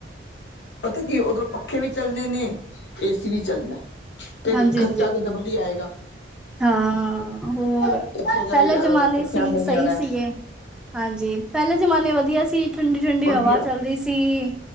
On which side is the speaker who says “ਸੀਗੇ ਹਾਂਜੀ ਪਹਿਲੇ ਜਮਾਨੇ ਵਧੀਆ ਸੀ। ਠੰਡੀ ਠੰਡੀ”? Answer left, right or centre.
Centre